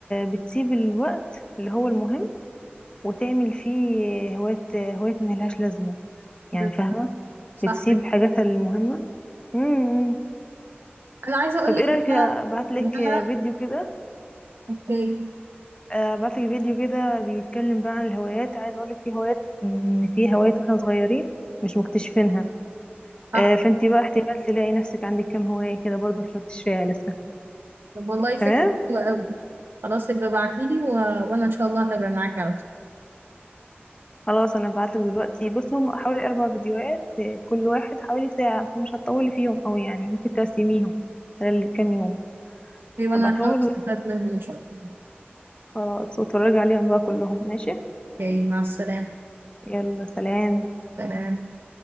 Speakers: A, on the left; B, on the right.
A: بتسيب الوقت اللي هو المهم وتعمل فيه هوايات هوايات ملهاش لازمة يعني
B: بالظبط،
A: فاهمة
B: صح
A: بتسيب
B: جدا.
A: حاجاتها المهمة امم
B: أنا عايزة أقول
A: طب
B: لك
A: ايه
B: إن
A: رأيك ابعت
B: أنا
A: لك
B: إن أنا
A: فيديو كده
B: أوكي
A: ابعت لك فيديو كده بيتكلم بقى عن الهوايات عايز اقول لك في هوايات ان في هوايات واحنا صغيرين مش مكتشفينها
B: صح
A: آه، فانتي بقى احتمال تلاقي نفسك عندك كام هواية كده برضو مش مكتشفاها لسه
B: طب والله
A: تمام
B: فكرة حلوة أوي خلاص يبقى ابعتيلي و... وأنا إن شاء الله هتابع معاك على طول
A: خلاص انا هبعتلك دلوقتي بص هم حوالي اربع فيديوهات آه، كل واحد حوالي ساعة فمش هتطولي فيهم اوي يعني ممكن تقسميهم خلال كام يوم
B: أوكي وأنا
A: هبعتهم
B: هحاول
A: لك دلوقتي.
B: أستفاد منهم إن شاء الله
A: خلاص واتفرجي عليهم بقى كلهم ماشي
B: أوكي مع السلامة
A: يلا سلام
B: سلام